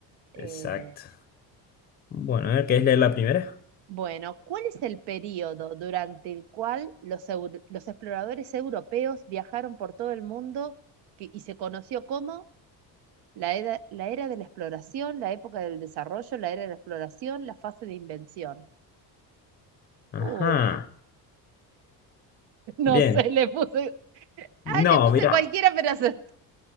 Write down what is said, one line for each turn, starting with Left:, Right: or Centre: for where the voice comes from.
Right: Eh,
Left: Exacto. Bueno, a ver, ¿querés leer la primera?
Right: bueno, ¿cuál es el periodo durante el cual los, eu- los exploradores europeos viajaron por todo el mundo que- y se conoció como la era, la era de la exploración, la época del desarrollo, la era de la exploración, la fase de invención?
Left: Ajá,
Right: Uh, <laughs> no
Left: bien.
Right: sé, le puse,
Left: No,
Right: ah, le puse
Left: mira.
Right: cualquiera, pero acerté.